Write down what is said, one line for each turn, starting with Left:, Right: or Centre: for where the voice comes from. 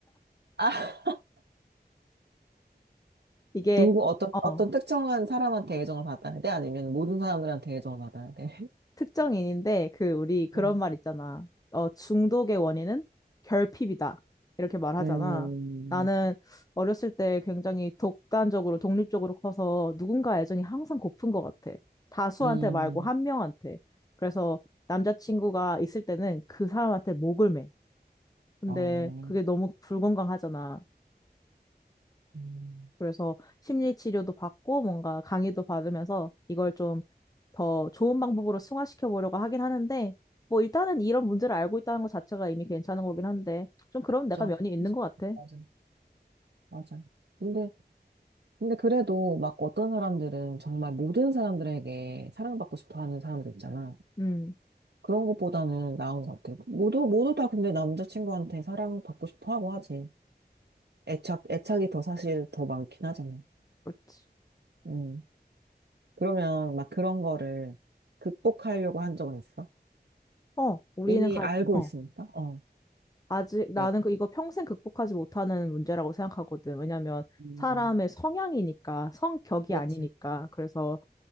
Right: 아,
Left: 이게
Right: 누구, 어떤,
Left: 어
Right: 어떤 특정한 사람한테 애정을 받아야 돼? 아니면 모든 사람들한테 애정을 받아야 돼?
Left: 특정인인데 그 우리
Right: <laughs>
Left: 그런
Right: 음,
Left: 말 있잖아. 어, 중독의 원인은 결핍이다. 이렇게 말하잖아.
Right: 음,
Left: 나는 어렸을 때 굉장히 독단적으로 독립적으로 커서 누군가 애정이 항상 고픈 것 같아. 다수한테
Right: 음,
Left: 말고 한 명한테. 그래서 남자친구가 있을 때는 그 사람한테 목을 매. 근데
Right: 아,
Left: 그게 너무 불건강하잖아.
Right: 음,
Left: 그래서 심리 치료도 받고 뭔가 강의도 받으면서 이걸 좀 더 좋은 방법으로 승화시켜 보려고 하긴 하는데 뭐 일단은 이런 문제를 알고 있다는 것 자체가 이미 괜찮은 거긴 한데 좀 그럼 내가
Right: 그
Left: 면이 있는 것 같아.
Right: 맞아, 맞아. 근데, 근데 그래도 막 어떤 사람들은 정말 모든 사람들에게 사랑받고 싶어 하는 사람들 있잖아.
Left: 음,
Right: 그런 것보다는 나은 것 같아. 모두, 모두 다 근데 남자친구한테 사랑받고 싶어 하고 하지. 애착, 애착이 더 사실 더 많긴 하잖아.
Left: 그렇지.
Right: 음. 그러면 막 그런 거를 극복하려고 한 적은 있어?
Left: 어, 우리는
Right: 이미
Left: 가,
Right: 알고
Left: 어,
Right: 있으니까? 어,
Left: 아직 나는
Right: 예.
Left: 그 이거 평생 극복하지 못하는 문제라고 생각하거든. 왜냐면
Right: 음,
Left: 사람의 성향이니까 성격이
Right: 그렇지.
Left: 아니니까 그래서